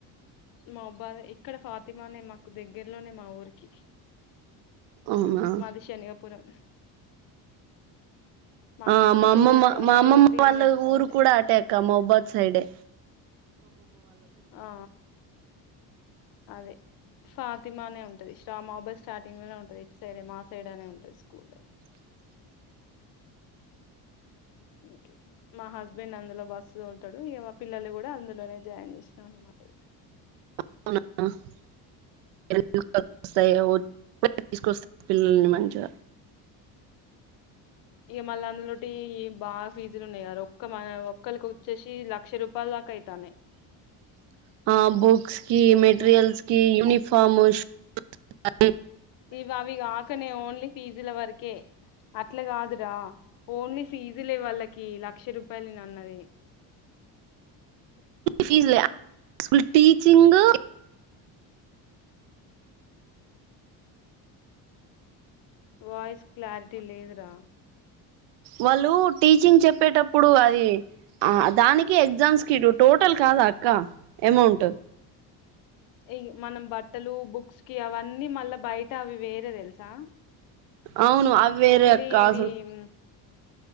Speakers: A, on the left; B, on the right.
A: మా అబ్బా ఇక్కడ ఫాతిమానే మాకు దగ్గరలోనే మా ఊరికి
B: అవునా
A: మది శనిగాపురం మాకింత
B: అ ఆ మా
A: టూ
B: అమ్మమ్మ
A: ఒక
B: మా అమ్మమ్మ
A: టూ త్రీ
B: వాళ్ళ
A: మినిట్స్
B: ఊరు
A: అంతే
B: కూడా అటాక మౌబాద్ సైడ్ ఏ
A: ఆ అదే ఫాతిమా అనే ఉంటుది మబాస్ స్టార్టింగ్ లోనే ఉంటుది ఇటు సైడ్ మా సైడ్ అనే ఉంటుంది స్కూల్ది
B: <inaudible>
A: అట్లా మా హస్బెండ్ అందులో బస్ తోలుతాడు ఇ మా పిల్లలు కూడా అందులోనే జాయిన్ చేసినాం అనమాట ఇగ
B: <inaudible> తీసుకొస్తారు పిల్లల్ని మంచిగా
A: ఇక మళ్ళీ అందులోటి బాగా ఫీజులు ఉన్నాయి క ఒక్క మ ఒక్కరికి వచ్చేసి లక్ష రూపాయలు కైతానే
B: అ హా బుక్స్ కి మెటీరియల్స్
A: ఇగ
B: కి యూనిఫార్మ్ <inaudible>
A: ఇవి అవి కాకనే ఓన్లీ ఫీజుల వరకే అట్లా కాదురా ఓన్లీ ఫీజులే వాళ్ళకి లక్ష రూపాయలున్నది
B: fees school teaching
A: voice clarity లేదురా
B: వాళ్ళు టీచింగ్ చెప్పేటప్పుడు అది ఆ దానినికి ఎగ్జామ్స్క్యూటివ్ టోటల్ కాదా అక్క అమౌంట్
A: ఈ మనం బట్టలు బుక్స్ కి అవన్నీ మళ్ళా బయట అవి వేరే తెలుసా
B: అవును అ వేర
A: ఓన్లీ
B: అక్క
A: ఇవి
B: అసలు